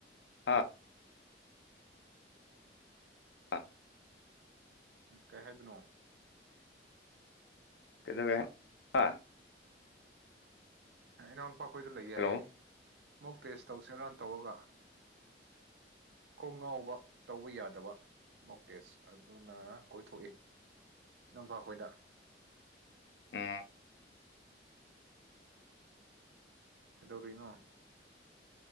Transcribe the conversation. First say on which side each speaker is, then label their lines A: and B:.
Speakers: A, on the left; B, on the right.
A: ꯍꯥ ꯑꯥ
B: ꯎ ꯀꯍꯦꯕꯅꯣ
A: ꯀꯗꯒ ꯑꯥ
B: ꯏꯅꯥꯎ ꯅꯨꯨꯄꯥꯈꯣꯏꯗ ꯂꯩ ꯌꯥꯏꯌꯦꯦ
A: ꯍꯜꯂꯣ
B: ꯃꯨꯛ ꯇꯦꯁ ꯇꯧꯁꯤꯔꯥꯟ ꯇꯧꯔꯒ
A: <inaudible>
B: ꯀꯣꯡ ꯉꯥꯎꯕ ꯇꯧꯕ ꯌꯥꯗꯕ ꯃꯣꯛꯇꯦꯁ ꯑꯗꯨꯅ ꯀꯣꯏꯊꯣꯛꯏ ꯅꯣꯡꯄꯥ ꯑꯩꯈꯣꯏꯗ
A: ꯑ
B: ꯀꯩꯗꯧꯔꯤꯅꯣ ꯑ